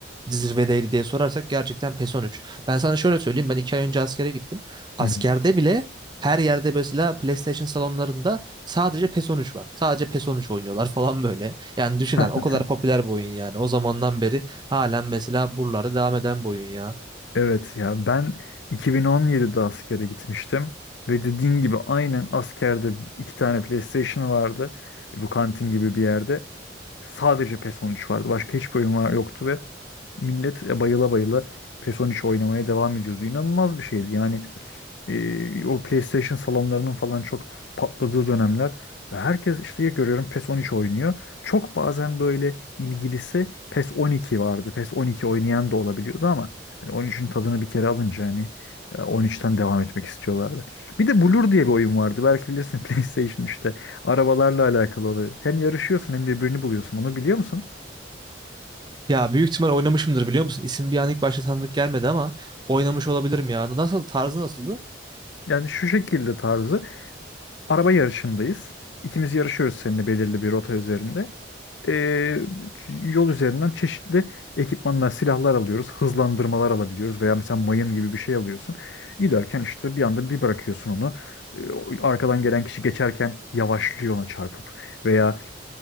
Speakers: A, on the right; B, on the left.
A: zirvedeydi diye sorarsak gerçekten PES 13. Ben sana şöyle söyleyeyim ben iki ay önce askere gittim. Askerde
B: <laughs>
A: bile her yerde mesela PlayStation salonlarında sadece PES 13 var. Sadece PES 13 oynuyorlar <laughs> falan böyle. Yani düşünen
B: <laughs> Heh,
A: o kadar popüler bir oyun yani. O zamandan beri halen mesela buralarda devam eden bir oyun ya.
B: Evet ya ben 2017'de askere gitmiştim ve dediğin gibi aynen askerde iki tane PlayStation vardı. e, Bu kantin gibi bir yerde. Sadece PES 13 vardı. Başka hiçbir oyun var yoktu ve millet e, bayıla bayıla PES 13 oynamaya devam ediyordu. İnanılmaz bir şeydi. Yani e, o PlayStation salonlarının falan çok patladığı dönemler. Herkes işte ya görüyorum PES 13 oynuyor. Çok bazen böyle ilgilisi PES 12 vardı. PES 12 oynayan da olabiliyordu ama hani 13'ün tadını bir kere alınca hani e, 13'ten devam etmek istiyorlardı. Bir de Blur diye bir oyun vardı. Belki bilirsin <laughs> PlayStation işte arabalarla alakalı oluyor. Hem yarışıyorsun hem birbirini buluyorsun. Onu biliyor musun?
A: Ya büyük ihtimal oynamışımdır biliyor musun? İsim bir an ilk başta tanıdık gelmedi ama oynamış olabilirim ya. Nasıl tarzı nasıldı?
B: Yani şu şekilde tarzı araba yarışındayız. İkimiz yarışıyoruz seninle belirli bir rota üzerinde. e, yol üzerinden çeşitli ekipmanlar, silahlar alıyoruz. Hızlandırmalar alabiliyoruz veya mesela mayın gibi bir şey alıyorsun. Giderken işte bir anda bir bırakıyorsun onu. E, o- Arkadan gelen kişi geçerken yavaşlıyor ona çarpıp veya